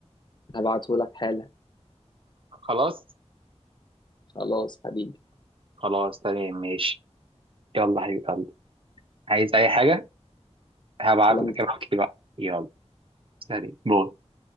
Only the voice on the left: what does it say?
هبعته لك حالا
خلاص حبيبي
سلام